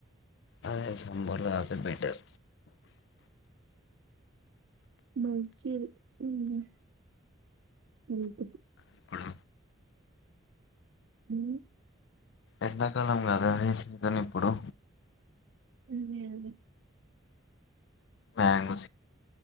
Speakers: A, on the left; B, on the right.
A: అదే సమ్మర్లో తాగితే బెటర్
B: మంచిది హ్మ్ హెల్త్కి
A: ఇప్పుడు
B: హ్
A: ఎండాకాలం కదా సీజన్ ఇప్పుడు
B: అదే అదే
A: మ్యాంగో